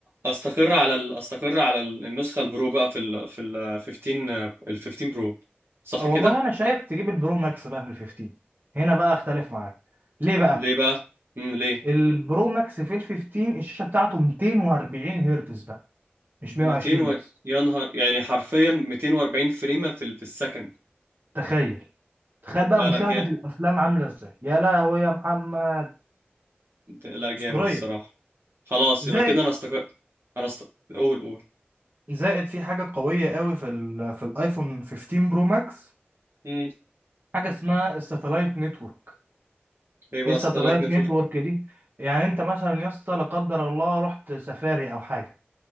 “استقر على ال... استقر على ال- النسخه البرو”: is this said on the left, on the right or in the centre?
Right